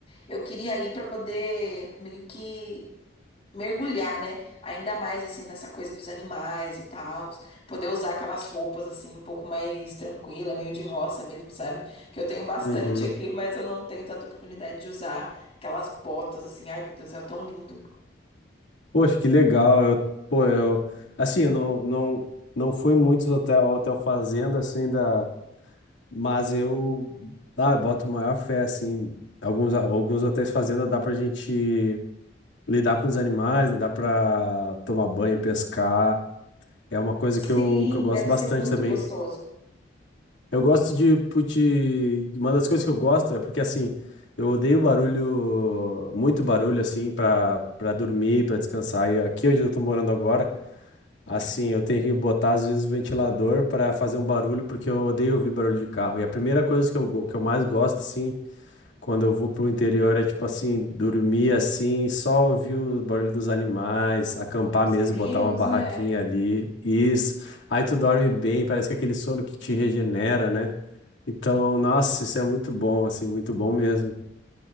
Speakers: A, on the left (about 30°); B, on the left (about 85°).
A: Eu queria ir para poder meio que mergulhar, né? Ainda mais assim nessa coisa dos animais e tal, poder usar aquelas roupas assim um pouco mais tranquila, meio de roça mesmo, sabe? Que eu tenho bastante
B: Uhum.
A: <laughs> aqui, mas eu não tenho tanta oportunidade de usar aquelas botas assim. Ai, meu Deus, é tão lindo.
B: Poxa, que legal. Eu, pô, eu, assim, eu não, não, não fui muitos hotel, hotel fazenda assim da, mas eu, ah, eu boto maior fé assim. Alguns, alguns hotéis fazenda dá pra gente lidar com os animais, né? Dá pra tomar banho, pescar. É uma coisa
A: Sim,
B: que eu, que eu gosto
A: deve ser
B: bastante
A: muito
B: também.
A: gostoso.
B: Eu gosto de, put- Uma das coisas que eu gosto é porque, assim, eu odeio barulho, muito barulho, assim, pra, pra dormir, pra descansar. E aqui onde eu tô morando agora, assim, eu tenho que botar, às vezes, o ventilador pra fazer um barulho, porque eu odeio ouvir barulho de carro. E a primeira coisa que eu, go- que eu mais gosto, assim, quando eu vou pro interior é, tipo assim, dormir, assim, só ouvir o barulho dos animais, acampar
A: Uns
B: mesmo,
A: grilos,
B: botar uma barraquinha
A: né?
B: ali. Isso. Aí tu dorme bem, parece que é aquele sono que te regenera, né? Então, nossa, isso é muito bom, assim, muito bom mesmo.